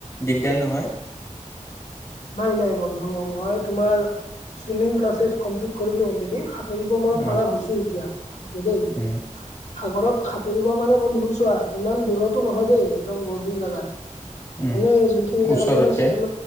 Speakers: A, on the left; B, on the left.
A: দিগদাৰ নহয়।
B: নাই নাই বন্ধু মই তোমাৰ, সুইমিং ক্লাছেছ কম্প্লিত কৰিলোঁ অলৰেদি সাত সাতুৰিব মই
A: উম,
B: পাৰা হৈছোঁ এতিয়া, ভালকে দেই।
A: উম,
B: সাগৰত সাঁতুৰিব মানে বন্ধু চোৱা ইমান দূৰতো নহয় দেই, একদম গভীৰ জেগাত।
A: উম,
B: মানে যোনখিনি জেগাত
A: ওচৰতে
B: মানে চেল